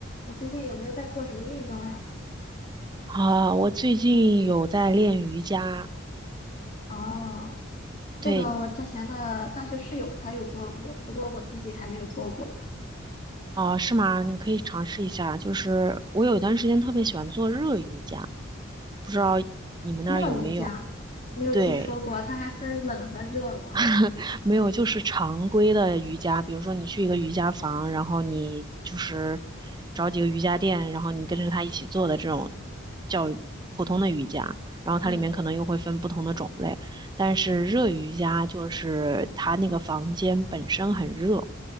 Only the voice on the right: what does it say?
啊，我最近有在练瑜伽，
对，
啊，是吗？你可以尝试一下。就是我有一段时间特别喜欢做热瑜伽，不知道你们那儿有没有？
对，
<laughs> 没有，就是常规的瑜伽，比如说你去一个瑜伽房，然后你就是找几个瑜伽垫，然后你跟着他一起做的这种叫普通的瑜伽，然后它里面可能又会分不同的种类，
但是热瑜伽就是它那个房间本身很热，